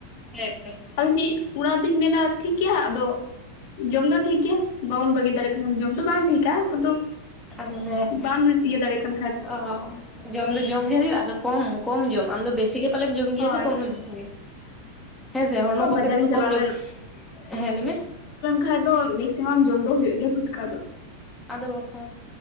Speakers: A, in the centre; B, on the left.
A: ᱦᱮᱸ ᱛᱚ᱾
B: ᱟᱫᱚ ᱪᱮᱫ ᱚᱱᱟ ᱫᱩᱧ ᱢᱮᱱᱟ ᱴᱷᱤᱠ ᱜᱮᱭᱟ ᱦᱟᱸᱜ ᱟᱫᱚ ᱡᱚᱢ ᱫᱚ ᱴᱷᱤᱠ ᱜᱮᱭᱟ ᱵᱚᱱ ᱵᱟᱹᱜᱤ ᱫᱟᱲᱮᱜ ᱠᱷᱟᱱ ᱫᱚ, ᱡᱚᱢ ᱫᱚ ᱵᱟᱝ ᱴᱷᱤᱠ ᱫᱟᱜ ᱠᱚ ᱫᱚ
A: ᱟᱫᱚ ᱦᱮᱸ
B: ᱵᱟᱢ ᱤᱭᱟᱹ ᱫᱟᱲᱮᱜ ᱠᱷᱟᱱ᱾
A: ᱚ ᱡᱚᱢ ᱫᱚ ᱡᱚᱢ ᱜᱮ ᱦᱩᱭᱩᱜᱼᱟ ᱟᱫᱚ ᱠᱚᱢ ᱠᱚᱢ ᱡᱚᱢ ᱟᱢ ᱫᱚ ᱵᱮᱥᱤ ᱜᱮᱢ ᱯᱟᱞᱮᱢ ᱡᱚᱢ
B: ᱦᱳᱭ
A: ᱜᱮᱭᱟ ᱥᱮ ᱠᱚᱢ ᱜᱮᱢ ᱡᱚᱢ ᱜᱮᱭᱟ? ᱦᱮᱸ ᱥᱮ ᱦᱚᱲᱢᱚ
B: ᱦᱳᱭ
A: ᱯᱚᱠᱠᱷᱮ
B: ᱵᱟᱡᱟᱨᱤᱧ
A: ᱛᱮ ᱫᱚ ᱠᱚᱢ
B: ᱪᱟᱞᱟᱣ
A: ᱡᱚᱢ᱾ ᱦᱮᱸ ᱞᱟᱹᱭ ᱢᱮ
B: ᱠᱷᱟᱡ ᱫᱚ ᱢᱮᱠᱥᱤᱢᱟᱢ ᱡᱚᱢ ᱫᱚ ᱦᱩᱭᱩᱜ ᱜᱮᱭᱟ ᱯᱷᱩᱪᱠᱟ ᱫᱚ᱾
A: ᱟᱫᱚ ᱵᱟᱠᱷᱟᱱ,